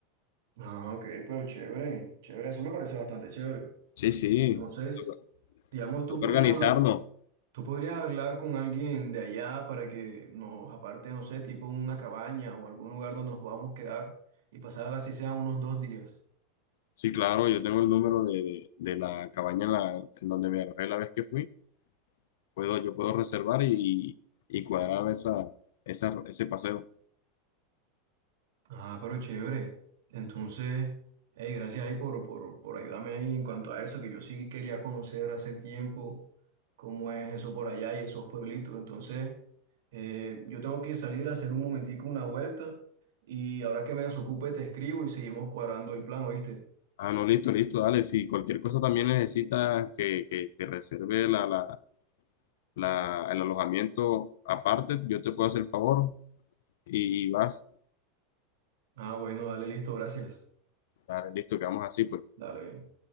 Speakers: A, on the right; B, on the left.
A: Ah, ok, pero chévere, chévere, eso me parece bastante chévere.
B: Sí, sí,
A: Entonces,
B: toca
A: digamos, tú
B: toca
A: podrías
B: organizarnos.
A: hablar Tú podrías hablar con alguien de allá para que nos aparte, no sé, tipo una cabaña o algún lugar donde nos podamos quedar y pasar así sea unos dos días.
B: Sí, claro, yo tengo el número de, de la cabaña en, la, en donde me alojé la vez que fui. Puedo, yo puedo reservar y, y cuadrar esa, esa, ese paseo.
A: Ah, pero chévere. Entonces, hey, gracias ahí por, por, por ayudarme ahí en cuanto a eso, que yo sí quería conocer hace tiempo cómo es eso por allá y esos pueblitos. Entonces, eh, yo tengo que salir a hacer un momentico una vuelta y ahora que me desocupe te escribo y seguimos cuadrando el plan, ¿oíste?
B: Ah, no, listo, listo, dale. Si cualquier cosa también necesitas que, que te reserve la, la, la- el alojamiento aparte, yo te puedo hacer el favor y vas.
A: Ah, bueno, dale, listo, gracias.
B: Dale, listo, quedamos así, pues.
A: Dale, ven.